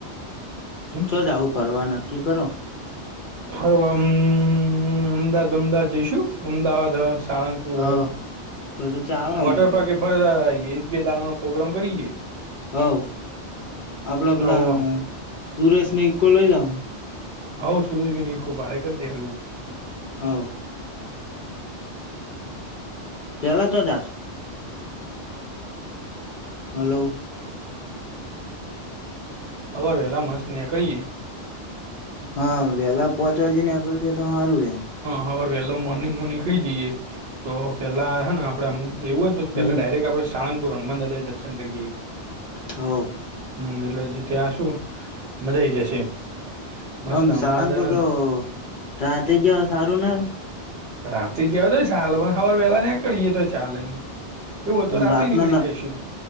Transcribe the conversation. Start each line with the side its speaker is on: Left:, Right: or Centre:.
Right: હમ્મ
Left: ચો જાવું ફરવા નક્કી કરો
Right: રમ અમદાવાદ અમદાવાદ જઈશું અમદાવાદ સાણંદપુર
Left: હ બધું ચાલે આમ
Right: વોટર
Left: તો
Right: પાર્ક એ ફરે એક બે દાણા નો પોગ્રમ કરી
Left: હવ આપડાે પેલા
Right: હો
Left: સુરેશ ને ઈકો લઈ જું
Right: હો સરજ ભી નીર કો ભાડે કર દે
Left: હા પેલા ચો દશ હલો
Right: અવાર વેહેલા મસ્ત નીકળીએે.
Left: હા વેલા પોહોચવા જઈ ને આગળ જએ તો સારું રેમ.
Right: હાવે વેલો મોર્નિંગ માં નીકળી જઈએ તો પેલા હે ને આપડેમ એવું હોયન
Left: હમ
Right: પેલા ડાયરેક આપે સાણંગપુર હનુમાન દાદાએ દર્શન કરીઆઈ.
Left: હવ.
Right: હમ્મ એટલે હજી ત્યાં શું મજાઈ જશે એમ. મસ્ત
Left: આમ
Right: હનુમાન
Left: સાળંગપુર
Right: દાદા ના
Left: તો રાતે જ સારું નારે?
Right: રાતે જ્યારે ચાલો પણ ખબર વેલા નીકળીએ તો ચાલમ. એવું હતો રાતે
Left: રાતનો
Right: નીકળી જઈશું.